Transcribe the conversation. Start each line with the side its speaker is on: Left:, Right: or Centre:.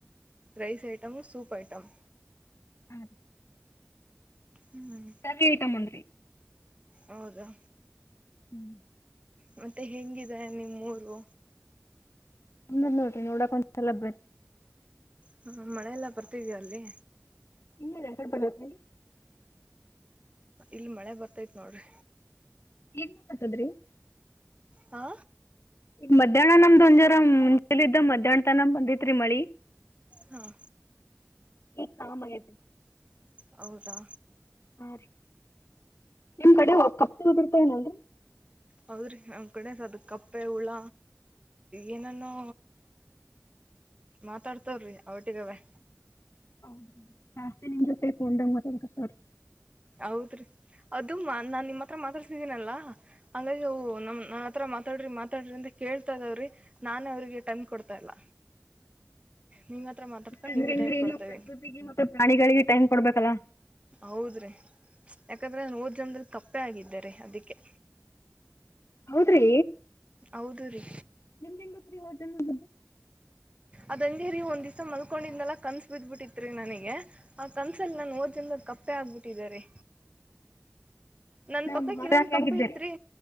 Right: ರೈಸ್ ಐಟಮ್ ಸೂಪ್ ಐಟಮ್.
Left: ಹ
Right: ಹ್ಮ್
Left: <unintelligible> ಐಟಂ ಒಂದ್ರಿ
Right: ಹೌದಾ
Left: ಹ್ಮ್
Right: ಮತ್ತೆ ಹೆಂಗಿದೆ ನಿಮ್ಮೂರು.
Left: ನ್ ನೋಡ್ರಿ ನೋಡಕ ಒಂದಸಲ ಬರಿ
Right: ಹ್ಮ ಮಳೆಲ್ಲ ಬರ್ತಿದಿಯ ಅಲ್ಲಿ.
Left: <unintelligible> ಎಕಡ್ ಬರಬೇಕ್ರೀ
Right: ಇಲ್ ಮಳೆ ಬರ್ತೈತ್ ನೋಡ್ರಿ.
Left: ಏನ್ <unintelligible>
Right: ಆ
Left: ಈಗ ಮಧ್ಯಾಹ್ನ ನಮ್ದು ಒಂಜಾರ ಮುಂಜಲಿದ್ದ ಮಧ್ಯಾಹ್ನ ತನ ಬಂದಿತ್ ರೀ ಮಳಿ.
Right: ಹಾಂ
Left: ಈ ಕಾಮ ಆಗೆತ.
Right: ಹೌದಾ
Left: ಹಾ ರೀ ನಿಮ್ ಕಡೆ ಕಪ್ ಉದುರ್ತವನಲ್ರಿ.
Right: ಹೌದ್ರಿ ನಮ್ಮ ಕಡೆ ಅದ ಕಪ್ಪೆ ಹುಳ ಏನಾನೋ ಮಾತಾಡ್ತಾವವ್ರಿ ಅವಟ್ಟಿಗವೇ.
Left: ಹೌದ ಜಾಸ್ತಿ ನಿಮ್ ಜೊತೆ ಫೋನ್ದಗ ಮಾತಾಡಕತ್ನೋಡ್ರಿ.
Right: ಹೌದ್ರಿ ಅದು ಮಾ ನಾನ್ ನಿಮ್ಮ ಹತ್ರ ಮಾತಾಡ್ತಿದ್ದೀನಲ್ಲ ಹಂಗಾಗಿ ಅವು ನಮ್ ನನ್ ಹತ್ರ ಮಾತಾಡ್ರಿ ಮಾತಾಡ್ರಿ ಅಂತ ಕೇಳ್ತಾ ಇದಾವ್ರಿ ನಾನೇ ಅವ್ರಿಗೆ ಟೈಮ್ ಕೊಡ್ತಾ ಇಲ್ಲ. ನಿಮ್ಮ ಹತ್ರ ಮಾತಾಡ್ತ
Left: ಯಾಕಂದ್ರೆ
Right: ನಿಮಿಗ್
Left: ಹೆಂಗ್ರಿ
Right: ಟೈಮ್ ಕೊಡ್ತ
Left: ನೀವು
Right: ಇದ್ದೀನಿ.
Left: ಪ್ರಕೃತಿಗೆ ಮತ್ತೆ ಪ್ರಾಣಿಗಳಿಗೆ ಟೈಮ್ ಕೊಡ್ಬೇಕಲ್ಲ
Right: ಹೌದ್ರಿ ಯಾಕಂದ್ರೆ ನಾನ್ ಹೋದ್ ಜನ್ಮದಲ್ ಕಪ್ಪೇ ಆಗಿದ್ದೇ ರೀ ಅದಕ್ಕೆ.
Left: ಹೌದ್ರಿ
Right: ಹೌದು ರೀ
Left: ನಿಮ್ಗ ಹೆಂಗೊತ್ ರೀ ಹೋದ್ ಜನ್ಮದ್ದು.
Right: ಅದೆಂಗೇ ರೀ ಒಂದಿವ್ಸ ಮಲ್ಕೊಂಡಿಂದಲ್ಲಾ ಕನ್ಸ ಬಿದ್ಬಿಟ್ಟಿತ್ರಿ ನನಗೆ. ಆ ಕನ್ಸಲ್ ನನ್ ಓದ್ಜನಮದಲ್ ಕಪ್ಪೆ ಆಗ್ಬಿಟ್ಟಿದ್ದಾರಿ. ನನ್
Left: ನಾ
Right: ಪಕ್ಕಕ್
Left: ಮಹಾರಾಣಿ
Right: ಇನ್ನೊಂದ ಕಪ್ಪು
Left: ಆಗಿದ್ದೆ
Right: ಐತ್ರಿ.
Left: ರೀ